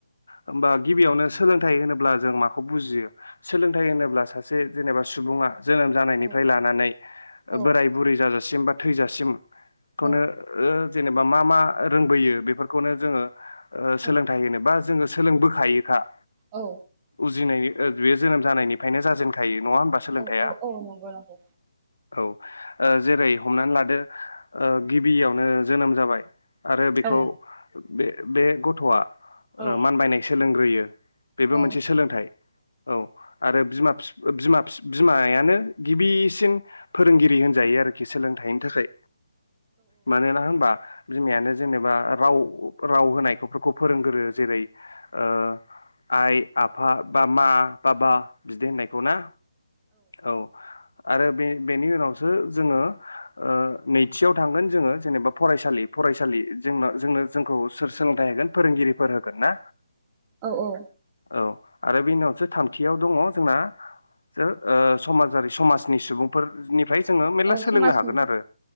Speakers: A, on the left (about 70°); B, on the right (about 20°).
A: होमबा गिबियावनो सोलोंथाइ होनोब्ला जों माखौ बुजियो सोलोंथाइ होनोब्ला सासे जेनेबा सुबुङा जोनोम जानायनिफ्राय
B: औ
A: लानानै
B: औ
A: बोराय बुरै जाजा सिम बा थैजासिम खौनो
B: औ
A: ओ जेनेबा मा मा रोंबोयो बेफोरखौनो जोङो ओ सोलोंथाइ
B: औ
A: होनो बा जोङो सोलोंबोखायोखा।
B: औ
A: बुजिनाय ओ बेयो जोनोम जानायनिफ्रायनो जाजेनखायो। नङा होमबा सोलोंथाइया
B: ओ ओ औ नंगौ नंगौ।
A: औ ओ जेरै हमनानै लादो ओ गिबियावनो जोनोम जाबाय आरो बेखौ
B: औ
A: बे बे गथ'वा ओ
B: औ
A: मानबानाय सोलों ग्रोयो। बेबो
B: औ
A: मोनसे सोलोंथाइ औ आरो बिमा फिफ ओ बिमा फिफ बिमायानो गिबिसिन फोरोंगिरि होनजायो आरोखि सोलोंथाइनि थाखाय। मानोना होनबा बिमायानो जेनेबा राव राव होनायखौफोरखौ फोरोंगोरो जेरै ओ आइ आफा बा मा बाबा बिदि होननायखौ ना। औ। आरो बे बेनि उनावसो जोङो ओ नैथियाव थांगोन जोङो जेनेबा फरायसालि फरायसालि जोंनो जोंनो जोंखौ सोर सोलोंथाइ होगोन फोरोंगिरिफोर होगोन ना।
B: औ औ।
A: औ आरो बेनि उनावसो थामथियाव दङ जोंना जो ओ समाजारि समाजनि सुबुं फोरनिफ्राय जोङो मेरला
B: औ
A: सोलोंनो
B: समाजनि
A: हागोन आरो